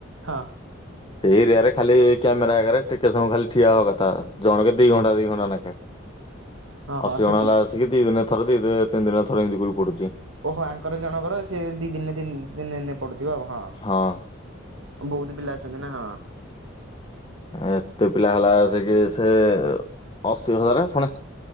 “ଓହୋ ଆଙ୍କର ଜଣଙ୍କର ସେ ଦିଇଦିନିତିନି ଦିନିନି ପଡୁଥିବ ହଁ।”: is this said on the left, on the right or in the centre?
Right